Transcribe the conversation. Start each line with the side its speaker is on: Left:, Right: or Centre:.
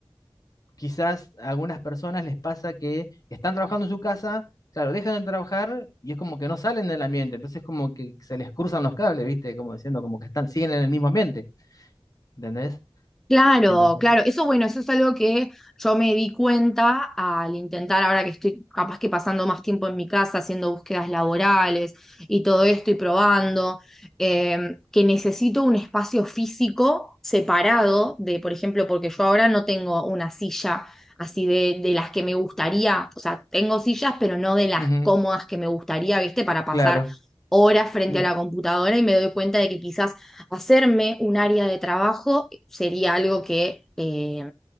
Left: quizás a algunas personas les pasa que están trabajando en su casa, claro, dejan de trabajar y es como que no salen del ambiente, entonces como que se les cruzan los cables, ¿viste? Como diciendo, como que están, siguen en el mismo ambiente, ¿entendés?
Centre: Claro,
Left: Entonces,
Centre: claro, eso bueno, eso es algo que yo me di cuenta al intentar, ahora que estoy capaz que pasando más tiempo en mi casa haciendo búsquedas laborales y todo esto y probando, eh, que necesito un espacio físico separado de, por ejemplo, porque yo ahora no tengo una silla así de, de las que me gustaría, o sea, tengo sillas, pero no de las
Left: ujú,
Centre: cómodas que me gustaría, ¿viste? Para pasar
Left: claro.
Centre: horas frente
Left: Mm,
Centre: a la computadora y me doy cuenta de que quizás hacerme un área de trabajo sería algo que eh,